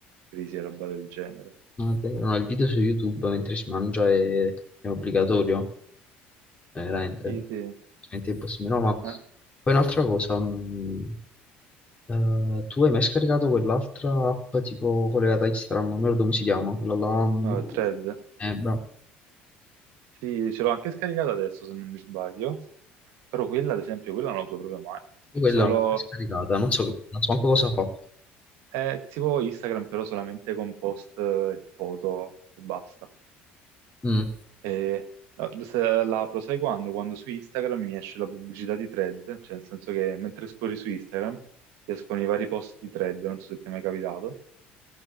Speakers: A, on the right; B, on the left.
A: crisi e roba del genere.
B: No, è vero, no, il video su YouTube mentre si mangia è, è obbligatorio, veramente.
A: Sì, sì.
B: Veramente impossibile. No, ma
A: Eh,
B: poi un'altra cosa, mh, eh, tu hai mai scaricato quell'altra app tipo collegata a Instagram, non mi ricordo come si chiama, quella là... mh,
A: eh, Thread.
B: Eh, bravo.
A: Sì, ce l'ho anche scaricata adesso, se non mi sbaglio. Però quella, ad esempio, quella non la uso proprio mai.
B: Io Quella
A: Solo...
B: l'ho mai scaricata, non so, non so manco cosa fa.
A: È tipo Instagram, però solamente con post e foto e basta.
B: Mm.
A: E eh, se la apro, sai quando? Quando su Instagram mi esce la pubblicità di thread, cioè nel senso che mentre scorri su Instagram ti escono i vari post di thread, non so se ti è mai capitato.